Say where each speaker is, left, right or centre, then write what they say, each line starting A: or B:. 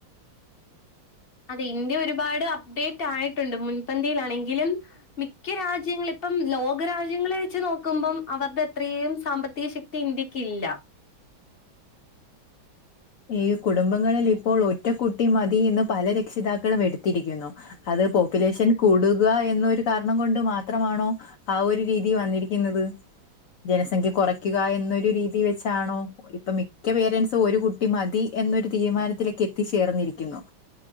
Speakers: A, on the left; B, on the left.
A: അതെ ഇന്ത്യ ഒരുപാട് അപ്ഡേറ്റ് ആയിട്ടുണ്ട് മുൻപന്തിയിലാണെങ്കിലും മിക്ക രാജ്യങ്ങളിപ്പം ലോകരാജ്യങ്ങളെ വെച്ച് നോക്കുമ്പം അവരുടെ അത്രയും സാമ്പത്തിക ശക്തി ഇപ്പൊ ഇന്ത്യക്കില്ല
B: ഈ കുടുംബങ്ങളിൽ ഇപ്പോൾ ഒറ്റക്കുട്ടി മതി എന്ന് പല രക്ഷിതാക്കളും എടുത്തിരിക്കുന്നു അതെ പോപ്പുലേഷൻ കൂടുക എന്നൊരു കാരണം കൊണ്ട് മാത്രമാണോ ആ ഒരു രീതി വന്നിരിക്കുന്നത് ജനസംഖ്യ കുറയ്ക്കുക എന്നൊരു രീതി വെച്ചാണോ ഇപ്പൊ മിക്ക പേരന്റ്സും ഒരു കുട്ടി കുട്ടി മതി എന്നൊരു തീരുമാനത്തിലേക്ക് എത്തിച്ചേർന്നിരിക്കുന്നു